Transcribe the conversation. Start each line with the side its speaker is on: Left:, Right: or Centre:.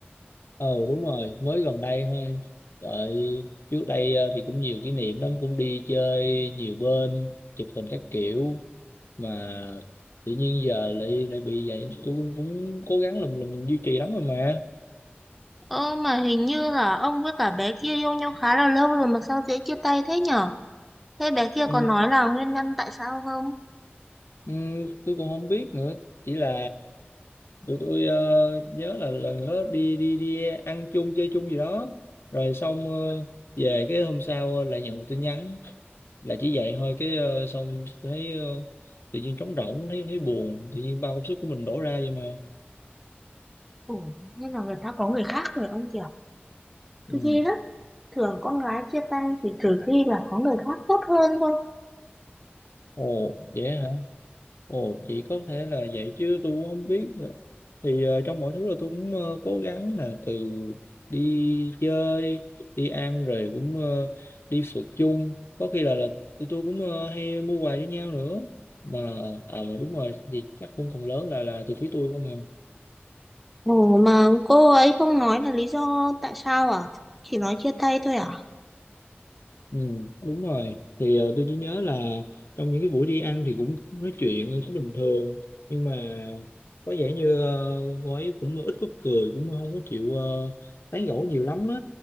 Left: Ờ đúng rồi, mới gần đây thôi. Đợi trước đây ờ, thì cũng nhiều kỷ niệm lắm, cũng đi chơi nhiều bên, chụp hình các kiểu mà tự nhiên giờ lại lại bị vậy. Tôi cũng cố gắng làm làm duy trì lắm rồi mà.
Centre: Ơ mà hình như là ông với cả bé kia yêu nhau khá là lâu rồi mà sao dễ chia tay thế nhở? Thế bé kia
Left: Ừ,
Centre: có nói là nguyên nhân tại sao không?
Left: Ừ, tôi cũng không biết nữa chỉ là tụi tôi ờ, nhớ là lần đó đi đi đi ăn chung chơi chung gì đó rồi xong ờ, về cái hôm sau ờ, lại nhận được tin nhắn là chỉ vậy thôi cái ờ, xong thấy ờ, tự nhiên trống rỗng thấy thấy buồn tự nhiên bao công sức của mình đổ ra vậy mà
Centre: Ủa, nên là người ta có người khác rồi ông kiểu
Left: ừ.
Centre: Tôi ghê lắm Thường con gái chia tay thì trừ khi là có người khác tốt hơn thôi
Left: ồ vậy hả ồ vậy có thể là vậy chứ tôi cũng không biết thì ờ, trong mọi thứ là tôi cũng ờ, cố gắng là từ đi chơi đi ăn rồi cũng ờ, đi phượt chung có khi là là tụi tôi cũng ờ, hay mua quà với nhau nữa mà à mà đúng rồi thì chắc cũng phần lớn là là từ phía tôi không à
Centre: Ồ mà cô ấy không nói là lý do tại sao à? Chỉ nói chia tay thôi à?
Left: Ừ, đúng rồi thì ờ, tôi chỉ nhớ là trong những cái buổi đi ăn thì cũng nói chuyện cũng bình thường nhưng mà có vẻ như ờ, cô ấy cũng ít có cười cũng không có chịu ờ, tán gẫu nhiều lắm á